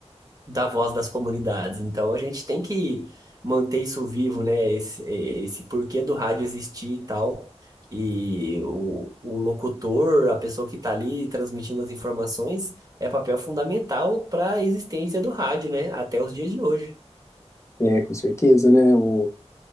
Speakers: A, on the right (about 35°); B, on the left (about 25°).
A: da voz das comunidades. Então a gente tem que manter isso vivo, né? Esse, esse porquê do rádio existir e tal. E o, o locutor, a pessoa que está ali transmitindo as informações, é papel fundamental para a existência do rádio, né? Até os dias de hoje.
B: É, com certeza, né? O,